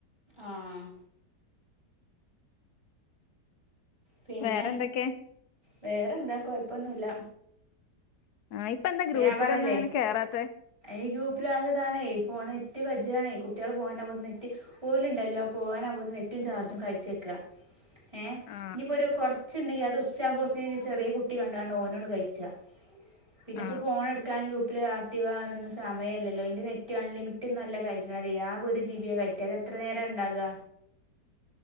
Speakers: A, on the right; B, on the left.
A: ആഹ് പിന്നെ
B: വേറെ എന്തൊക്കെ
A: വേറെന്താ കോയപ്പമൊന്നുമില്ല.
B: ആ ഇപ്പ എന്താ ഗ്രൂപ്പിലൊന്നും
A: ഞാൻ പറഞ്ഞില്ലേ
B: അങ്ങനെ കേറാത്തെ
A: ഈ ഗ്രൂപ്പിൽതാണേ ഫോൺ ഏറ്റവും കജ്ജാണേ- കുട്ടികൾ പോകാനാ പോ നെറ്റ് ഓലുണ്ടല്ലോ പോകാനാകുമ്പഴത്തേക്ക് നെറ്റും ചാർജും കഴിച്ചെക്കുക. ഏ
B: ആ
A: ഇനിയിപ്പോ ഒരു കുറച്ചുണ്ടെങ്കി അത് ഉച്ച ആവുമ്പോത്തിന് ചെറിയ കുട്ടി കണ്ടോണ്ട് ഓനോട് കഴിച്ച പിന്നെ
B: ആ
A: ഇപ്പോ ഫോൺ എടുക്കാൻ പ്പില് ആക്ടീവ്കാനൊന്നും സമയമല്ലോ? നെറ്റ് ആൺലിമിറ്റ ഒന്നുംല്ല കയറ്റണത് ആകെ ഒരു ജി. ബി. യാ കയറ്റ അത് എ എത്ര നേരം ഉണ്ടാകുക?
B: <inaudible>